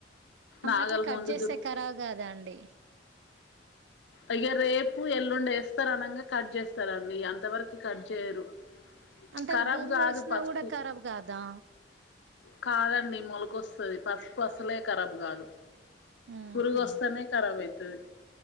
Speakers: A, on the right; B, on the left.
A: అమెట్లా
B: నాగలి
A: కట్
B: ముందు
A: చేస్తే
B: దున్ను
A: కరాబ్ కాదా అండి
B: అయ్యో రేపు ఎల్లుండి వేస్తారు అనంగా కట్ చేస్తారండి అంత వరకు కట్ చేయరు.
A: అంటే
B: ఖరాబ్
A: అది భూమిలో
B: కాదు
A: వేసిన
B: పసుపు
A: కూడా ఖరాబ్ కాదా
B: కాదండి మొలుకొస్తది పసుపు అసలే ఖరాబ్ కాదు.
A: ఉహు
B: పరుగోస్తేనే కరాబ్ అయితది